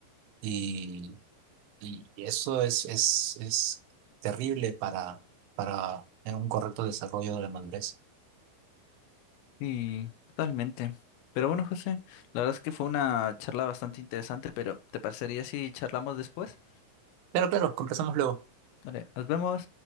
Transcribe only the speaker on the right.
y, y eso es, es, es terrible para, para un correcto desarrollo de la madurez.
Pero claro, conversamos luego.